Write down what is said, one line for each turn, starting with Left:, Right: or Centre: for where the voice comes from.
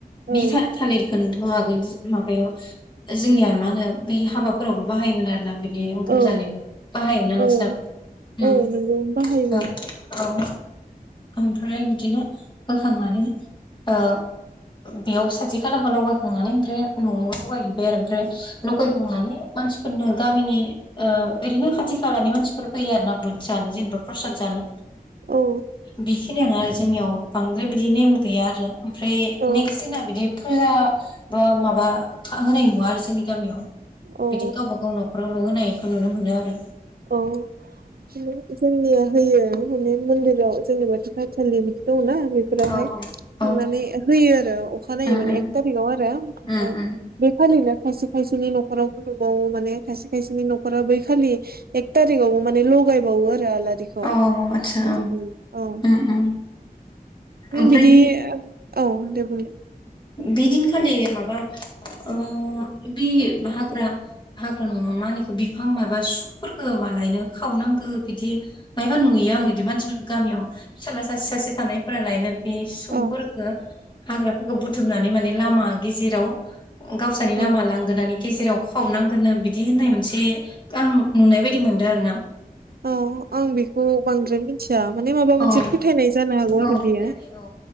Left: बि
Right: औ
Left: था थालिरखौ थ हागोन माबायाव जोंनिया मा होनो बै हाबाफोरावबो बाहायोमोन आरोना बिदि ओंखाम
Right: औ
Left: जानायाव बाहायोमोनना नोंसनाबो
Right: औ
Left: ओम
Right: औ नोंगौ बाहायोमोन
Left: ओ औ ओमफ्राय बिदिनो होखांनानै ओ बेयाव साथि खालाखौ लगायखांनानै ओमफ्राय न'आव लगायहैबाय आरो ओमफ्राय लगायखांनानै मानसिफोरनो गामिनि ओ ओरैनो खाथि खालानि मानसिफोर फैयो आरोना बुद जानो जेनेबा प्रसाद जानो
Right: औ
Left: बेखिनियानो आरो जोंनियाव बां ओमफाय बिदि नेम गैया आरो ओमफ्राय
Right: औ
Left: नेक्स दिना बिदि फुजा बा माबा होनाय नुवा आरो जोंनि गामियाव
Right: औ
Left: बिदि गावबा गाव न'खराव ल'' होनायखौ नुनो मोनो आरो
Right: औ जोंनिया होयो माने मन्दिराव जोंनि बाथौथानसालि बिदि दं ना बेफोरावहाय
Left: औ
Right: खांनानै
Left: औ
Right: होयो आरो अखानायनायै
Left: उम
Right: माने
Left: उम
Right: एक तारिकाव आरो ओमफाय
Left: उम उम
Right: बेखालिनो खायसे खायसेनि न'खरावबो नुबावो माने खायसे खायसेनि न'खरा बै खालि एक तारिगावबो माने लगायबावो आरो आलारिखौ
Left: औ आतसा
Right: बिदि
Left: औ
Right: औ
Left: उम उम ओमफ्राय
Right: बिदि
Left: बे
Right: औ दे बुं
Left: बिदिनखालि माबा ओ बि हाग्रा हाग्रा नङा मा होनो इखो बिफां माबा सुफोरखौ मालायनो खावनांगो बिदि मायबा नुयो आं इदि मानसिफोरखौ गामियाव फिसाला सासे सासे थानाय फोरालायनो बे सुफोरखौ
Right: औ
Left: हाग्राफोरखौ बुथुमनानै माने लामा गेजेराव गावसोरनि
Right: औ
Left: लामा लांगोनानि गेजेराव खावनांगोननो बिदि होननाय मोनसे आं नुनाय बायदि मोनदों आरो ना
Right: अ आं बेखौ बांद्राय मिथि या माने माबा
Left: औ
Right: मोनसे फोथायनाय जानो हागौ
Left: औ
Right: आरो
Left: फोथायनाय
Right: बियो
Left: औ